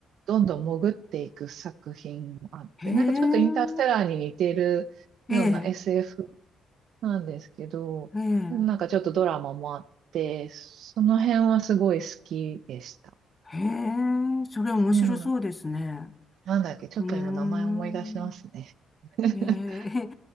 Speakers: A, on the right (about 70°); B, on the left (about 25°).
A: どんどん潜っていく作品もあって、
B: へえ、
A: なんかちょっとインターステラーに似ているような
B: ええ、
A: SF なんですけど、
B: ええ、
A: なんかちょっとドラマもあって、その辺はすごい好きでした。
B: へえ、それ面白そうですね。
A: うん。なんだっけ、ちょっと今名前思い出しますね。
B: うーん。
A: <laughs>
B: へえ、